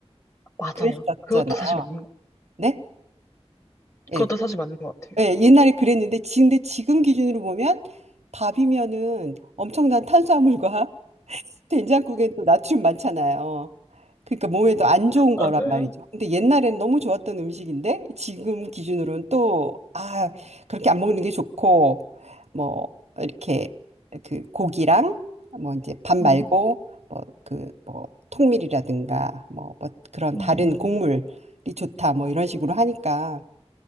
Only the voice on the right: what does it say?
그랬었잖아요.
네? 예,
예, 옛날에 그랬는데, 지- 근데 지금 기준으로 보면 밥이면은 엄청난 탄수화물과 <laughs> 된장국엔 또 나트륨 많잖아요. 그러니까 몸에도 안 좋은 거란
말이죠. 근데 옛날엔 너무 좋았던 음식인데 지금 기준으로는 또, 아, 그렇게 안 먹는 게 좋고, 뭐, 이렇게 그 고기랑 뭐 이제 밥 말고
뭐 그 뭐 통밀이라든가 뭐, 뭐 그런
다른 곡물이 좋다 뭐 이런 식으로 하니까